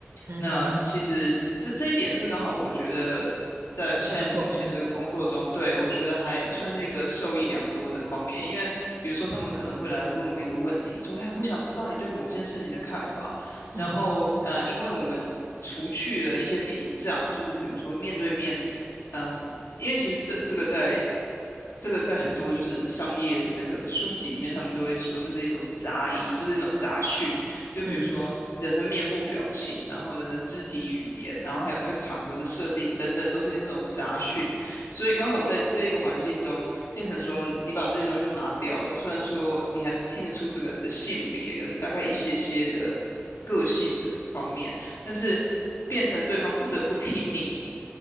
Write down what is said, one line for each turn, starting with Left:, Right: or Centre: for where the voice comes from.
Right: 嗯哼，
Left: 那其实这这一点是刚好，我觉得在现在目前这个工作中，
Right: 还不错。
Left: 对，我觉得还算是一个受益良多的方面。因为比如说，他们可能会来问我一个问题，说：“哎，我想知道你对某件事情的看法。”然后呃，
Right: 嗯
Left: 因为我们除去了一些屏障，就是比如说面对面，嗯，因为其实这这个在。这个在很多就是商业的那个书籍里面，他们都会说这是一种杂音，就是一种杂讯。就比如说人的面部表情，
Right: 嗯，
Left: 然后人的肢体语言，然后还有那个场合的设定等等，都是这种杂讯。所以刚好在这一个环境中，变成说你把这些东西都拿掉了，虽然说你还是听得出这个人的性别跟大概一些些的个性的方面，但是变成对方不得不听你